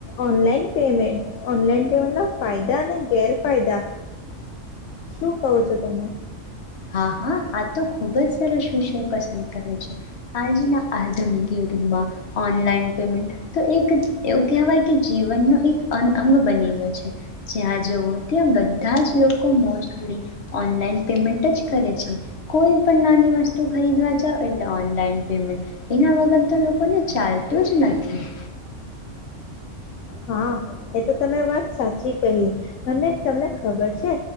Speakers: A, on the left; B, on the left.
A: ઓનલાઈન પેમેન્ટ ઓનલાઈન પેમેન્ટ ના ફાયદા અને ગેરફાયદા શું કહો છો તમે.
B: હા હા આ તો ખુબ જ સરસ વિષય પસંદ કર્યો છે આજના આધુનિક યુગગમાં ઓનલાઈન પેમેન્ટ તો એક એવું કહેવાય કે જીવનનો એક અનઅંગ બની ગયો છે જ્યાં જવો ત્યાં બધા જ લોકો મોસ્ટલી ઓનલાઈન પેમેન્ટ જ કરે છે કોઈ પણ નાની વસ્તુ ખરીદવા જાવ એટલે ઓનલાઈન પેમેન્ટ એના વગર તો લોકોને ચાલતું જ નથી.
A: હા એ તો તમે વાત સાચી કહી અને તમને ખબર છે